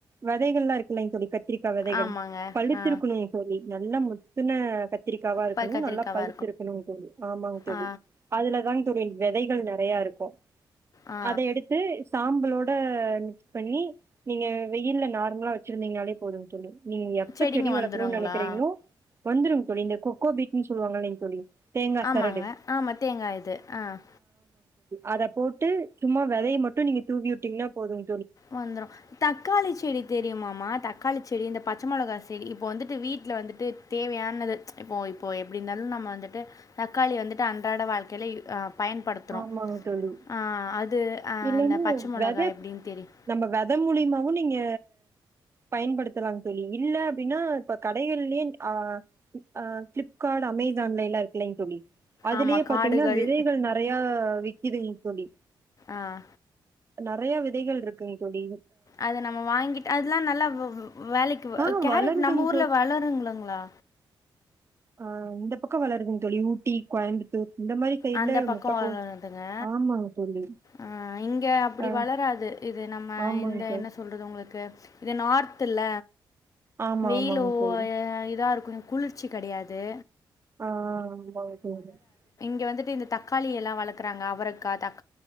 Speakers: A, on the right (about 30°); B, on the left (about 45°).
A: வதைகள் எலாம் இருக்கலலைங்க தோழி க திரிக்க விதைகள்
B: ஆமாங்க
A: பழுத்திருக்கணும்ங்க
B: ஆ
A: தோழி நல்ல முத்துன கத்திரிக்காவா இருக்கணும்
B: பல் கத்திரிக்காவா
A: நல்லா பழுத்து இருக்கணும், தோழி ஆமாங்க, தோழி
B: ஆ
A: அதுல தாங்க தோழி விதைகள் நிறைய இருக்கு
B: ஆ
A: அத எடுத்து சாம்பலோட ஹா பண்ணி நீங்க வெயில்ல நார்மலா வச்சிருந்தீங்கன்னாலே போதும் தோழி நீங்க எப்ப
B: செடிங்க
A: செடி வளர்க்கணும்னு
B: வந்துடுங்களா
A: நினைக்கிறீங்களோ, வந்துருங்க தோழி இந்த கொக்கோ பீட்ன்னு சொல்லுவாங்களேங்க தோழி தேங்கா
B: ஆமாங்க
A: சரடு
B: ஆமா தேங்கா இது ஆஹ்
A: அதை போட்டு, சும்மா வதைய மட்டும் நீங்க தூவி விட்டீங்கன்னா போதும்.
B: வந்துரும், தக்காளி செடி தெரியுமாமா தக்காளி செடி இந்த பச்ச மிளகா செடி இப்போ வந்துட்டு, வீட்டல வந்துட்டு தேவையான இப்போ இப்போ எப்படி இருந்தாலு நம்ம வந்துட்டு, தக்காளி வந்துட்டு அன்றாட வாழ்க்கல ஆ பயன்படுத்துறோ
A: ஆமாங் தோழி
B: ஹா அது ஹா
A: இல்லன்னா
B: அந்த பச்சை மொளகா
A: வெத
B: எப்படின்னு தெரியு
A: நம்ம வெத மூலியமாவும் நீங்க பயன்படுத்தலா தோழி இல்ல அப்படின்னா இப்ப கடைகள்லயே அஹ் ஆஹ் ஃபிளிப்கார்ட், அமேசான்லலாம் இருக்கலங்க தோழி அதுலேயே
B: ஆமாம்
A: பாத்தீங்கன்னா
B: காடுகள்
A: விதைகள் ந நிறைய விக்குதுங்க தோழி
B: ஆ
A: நிறைய விதைகள் இருக்குங்க தோழி
B: அத நம்ம வாங்கிட்டு அதெல்லாம் நல்லா ஒஹோ வேலைக்கு
A: ஆ
B: கேரட்
A: வளருதுங்
B: நம்ம ஊர்ல வளருங்களா
A: ஆஹ் இந்த பக்கம் வளருதுங்க தோழி ஊட்டி கோயம்புத்தூர் இந்த மாரி சைட்ல
B: அந்த பக்கோ
A: முட்டக்கோஸ்
B: வளருதுங்க
A: ஆமாங்க தோழி
B: ஆஹ் இங்க அப்படி
A: ஆ
B: வளராது இது நம்ம
A: ஆமாங்க
B: இந்த
A: தோழி
B: என்ன சொல்றது உங்களுக்கு இது நார்த்துல
A: ஆமா
B: வெயிலோ
A: ஆமாங்க தோழி
B: ஆஹ் இதா இருக்கு குளிர்ச்சி கிடையாது
A: ஆஹ்
B: ங்க வந்துட்டு இந்த தக்காளி எல்லா வளர்க்குறாங்க அவரக்கா தக்